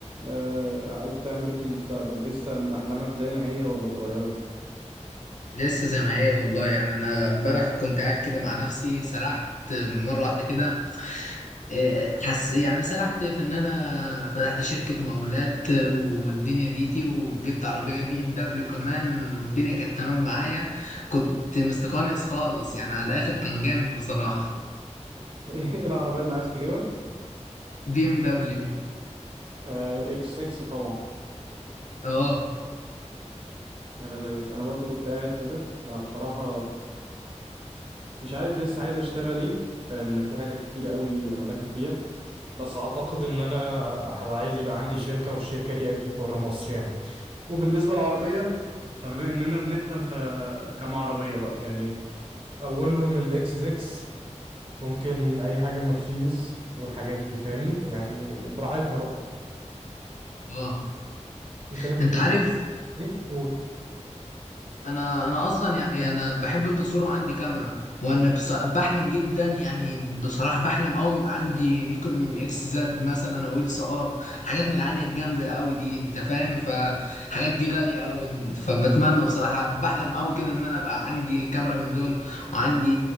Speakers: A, on the right (about 45°); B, on the left (about 85°).
A: آه عايز تعمل ايه في المستقبل لسه احلامك زي ما هي ولا اتغيرت
B: لسه زي ما هي والله يعني انا امبارح كنت قاعد كده مع نفسي سرحت مره واحده كده إيه، حس يعني سرحت في ان انا فتحت شركه مقاولات والدنيا ديتي وجبت عربيه بي ام دبليو كمان والدنيا كانت تمام معايا كنت مستقنيس خالص يعني على الاخر كان جامد بصراحه
A: <laughs> ايه العربيه اللي عايز تجيبها
B: بي ام دبليو
A: آه اكس 6 طبعا
B: اه
A: يا مزاجك انا برضو كنت قاعد كده انا بصراحه مش عارف لسه عايز اشتغل ايه لان في حاجات كتير قوي انا داخل فيها بس اعتقد ان انا هبقى عايز يبقى عندي شركة والشركة دي اجيب بره مصر يعني وبالنسبة للعربية فبما اننا بنحلم فكم عربية بقى يعني اولهم الاكس 6 ممكن اي حاجة مرسيدس والحاجات دي فاهمني يعني براحتنا بقى
B: اه
A: انت نفسك
B: انت عارف
A: ايه قول
B: انا انا اصلا يعني انا بحب التصوير وعندي كاميرا وانا بص... بحلم جدا يعني بصراحه بحلم قوي يبقى عندي نيكون اكس زد مثلا او اكس ار حاجات من العاليه الجامده قوي دي انت فاهم فحاجات دي غاليه قوي فبتمنى بصراحه بحلم قوي كده ان انا ابقى عندي كاميرا من دول وعندي